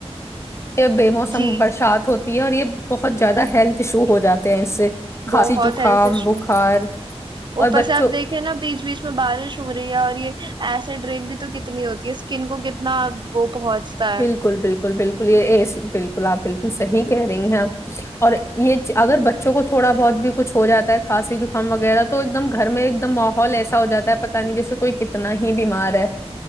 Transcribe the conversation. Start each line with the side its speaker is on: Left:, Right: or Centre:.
Left: یہ بے موسم
Right: جی
Left: برسات ہوتی ہے اور یہ بہت زیادہ ہیلتھ ایشو ہو جاتے ہیں اس سے کھانسی
Right: بہت
Left: زکام
Right: ہیلتھ ایشو
Left: بخار
Right: اوپر
Left: اور بچوں
Right: سے آپ دیکھے نا بیچ بیچ میں بارش ہو رہی ہے اور یہ ایسڈ رن بھی تو کتنی ہوتی ہے اسکن کو کتنا وہ پہنچتا
Left: بالکل
Right: ہے
Left: بالکل بالکل یہ یہ س بالکل آپ بالکل صحیح کہہ رہی ہیں آپ اور یہ اگر بچوں کو تھوڑا بہت بھی کچھ ہو جاتا ہے کھانسی جکام وغیرہ تو ایک دم گھر میں ایک دم ماحول ایسا ہو جاتا ہے پت نہیں جیسے کوئی کتنا ہی بیمار ہے